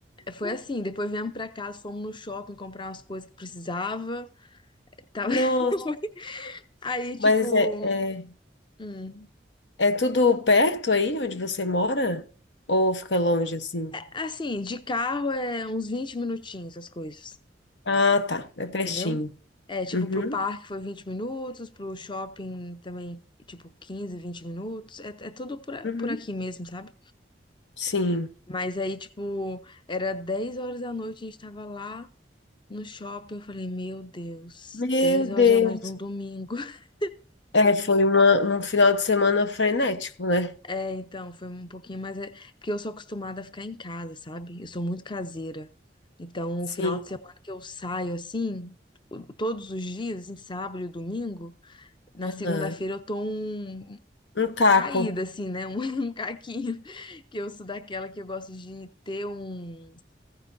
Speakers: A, on the left; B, on the left.
A: É, Foi assim, depois viemos pra casa, fomos no shopping comprar umas coisas que precisava. Tava...
B: nossa,
A: <laughs> Aí, tipo,
B: mas é, é
A: hum,
B: É tudo perto aí onde você mora? Ou fica longe assim?
A: assim, de carro é uns 20 minutinhos as coisas.
B: Ah, tá. É pertinho.
A: entendeu? É, tipo,
B: Uhum,
A: pro parque foi 20 minutos, pro shopping também, tipo, 15 20 minutos. É, é tudo por, a-
B: uhum.
A: por aqui mesmo, sabe?
B: Sim.
A: Mas aí, tipo, era 10 horas da noite, a gente tava lá no shopping. Eu falei, meu Deus,
B: Meu
A: 10
B: Deus.
A: horas da noite num domingo. <laughs>
B: É, foi uma, um final de semana frenético, né?
A: É, então, foi um pouquinho, mas é porque eu sou acostumada a ficar em casa, sabe? Eu sou muito caseira. Então,
B: Sim.
A: o final de semana que eu saio assim, o- todos os dias, em sábado e domingo, na
B: Aham.
A: segunda-feira eu tô um
B: Um caco.
A: caída, assim, né? Um, <laughs> um caquinho. Que eu sou daquela que eu gosto de ter um.